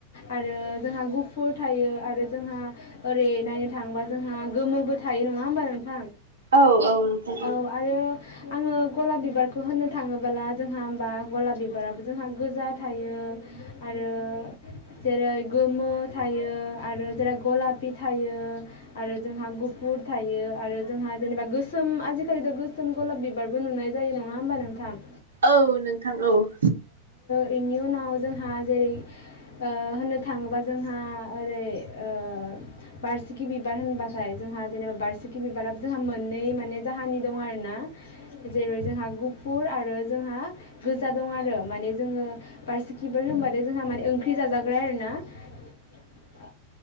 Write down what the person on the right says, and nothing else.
औ औ नोंथां
औ नोंथां औ ।